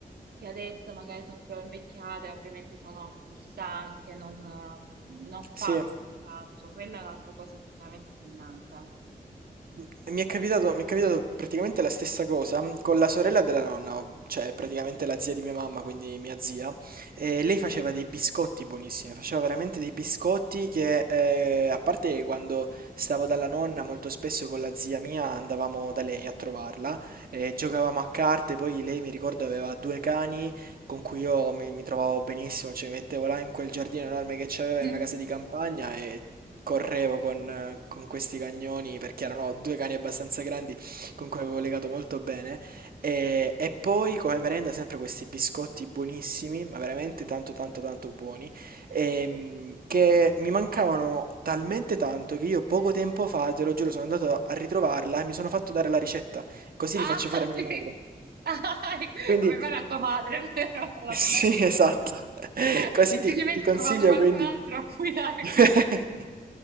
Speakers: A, on the right; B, on the right.
A: che adesso magari sono più invecchiate, ovviamente sono più stanche, non, non fanno
B: Sì.
A: più tanto. Quella è un'altra cosa effettivamente che mi manca.
B: Mhmm, Mi è capitato, mi è capitato praticamente la stessa cosa mm, con la sorella della nonna, ov- cioè praticamente la zia di mia mamma, quindi mia zia. E lei faceva dei biscotti buonissimi, faceva veramente dei biscotti che, eh, a parte che quando stavo dalla nonna, molto spesso con la zia mia andavamo da lei a trovarla,
A: Mm.
B: e giocavamo a carte, poi lei mi ricordo aveva due cani con cui io mi, mi trovavo benissimo, cioè mi mettevo là in quel giardino enorme che c'aveva
A: <laughs>
B: in una casa di campagna e correvo con, con questi cagnoni perché erano due cani abbastanza grandi con cui avevo legato molto bene. E, e poi come merenda sempre questi biscotti buonissimi, ma veramente tanto tanto tanto buoni, ehm, che mi mancavano talmente tanto che io poco
A: Mm. Eh,
B: tempo fa, te lo giuro, sono andato a ritrovarla e mi sono fatto dare la ricetta, così
A: Ah,
B: li faccio fare a mia
A: sì.
B: madre.
A: Ah, <laughs>
B: Quindi
A: aveva la tua madre, <laughs> vero? Alla-
B: sì, esatto. <laughs> Così
A: Hai semplicemente
B: ti ti consiglio
A: trovato qualcun
B: quindi
A: altro a cui dare
B: <laughs>
A: questo.